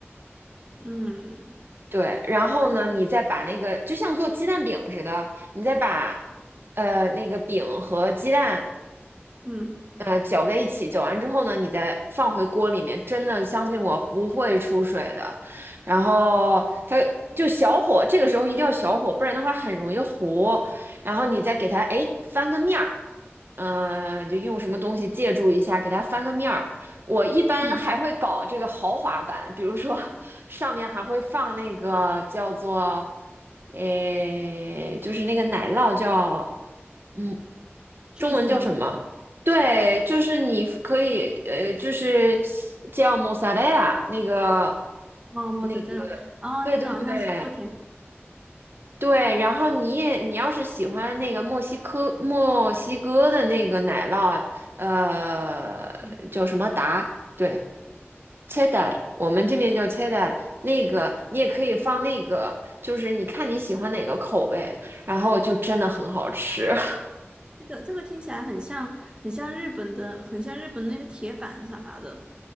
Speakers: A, on the right; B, on the right.
A: 嗯
B: 对。然后呢，你再把那个就像做鸡蛋饼似的，你再把呃那个饼和鸡蛋
A: 嗯
B: 呃，搅在一起，搅完之后呢，你再放回锅里面，真的相信我不会出水的。然后它就小火，这个时候一定要小火，不然的话很容易糊。然后你再给它哎翻个面儿，呃，你就用什么东西借助一下，
A: 嗯
B: 给它翻个面儿。我一般还会搞这个豪华版，
A: 嗯
B: 比如说上面还会放那个叫做诶，就是那个奶酪叫。嗯。
A: ，cheese
B: 中文叫什么？
A: 吗？
B: 对，就是你可以，呃，就是叫 m o z z a r a 那个，
A: 哦，莫扎特拉，
B: 那个，
A: 哦，
B: 对对对
A: 那个好像是做甜
B: 对。然后你也，你要是喜欢那个墨西哥墨西哥的那个奶酪，呃，
A: 品
B: 叫什么达？对，cheddar，我们这边叫 cheddar。那个你也可以放那个，
A: 的，
B: 就是你看你喜欢哪个口味，然后就真的很好吃。<laughs>
A: 这个这个听起来很像，很像日本的，很像日本的那个铁板啥的，